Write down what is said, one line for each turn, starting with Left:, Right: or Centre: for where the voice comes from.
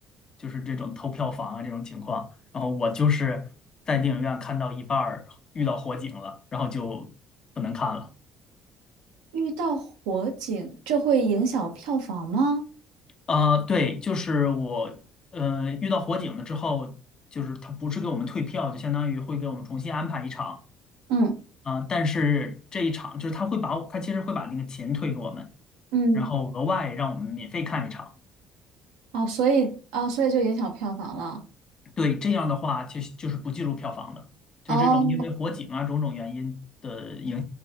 Left: 就是这种偷票房啊这种情况。然后我就是在电影院看到一半儿遇到火警了，然后就不能看了。
Right: <laughs> 遇到火警，这会影响票房吗？
Left: 呃，对，就是我，呃，遇到火警了之后，就是他不是给我们退票，就相当于会给我们重新安排一场，
Right: 嗯，
Left: 啊。但是这一场就是他会把我，他其实会把那个钱退给我们，
Right: 嗯，
Left: 然后额外让我们免费看一场。
Right: 哦，所以啊，所以就影响票房了。
Left: 对，这样的话就就是不计入票房的，就是这种因为火警啊种种原因的影，
Right: 哦，